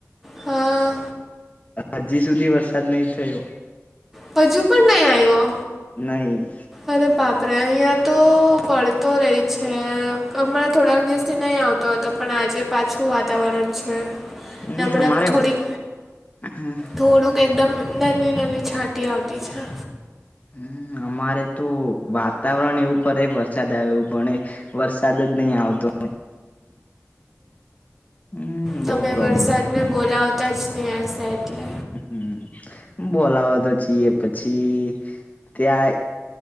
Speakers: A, in the centre; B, on the left.
A: હા,
B: હજી સુધી વરસાદ નહી થયો.
A: હજુ પણ નહીં આવ્યો?
B: નહી.
A: અરે બાપરે. અહિયાં તો પળતો રહી છે. હમણા થોડાક દિવસથી નહી આવતો. તો તો પણ આજે પાછું વાતાવરણ છે.
B: હમ
A: અરા
B: અમારે
A: થોડી
B: હમ
A: થોડું એકદમ નાની નાની છાંટી આવતી છે.
B: હમ. અમારે તો વાતાવરણ એવું કરે વરસાદ આવે એવું પણ વરસાદ જ નહી આવતો. હમ
A: તમે
B: બઉ પ્રોબ્લેમ
A: વરસાદને બોલાવતા જ નહીં હશે એટલે.
B: હ બોલાવા તો છીએ પછી ત્યાં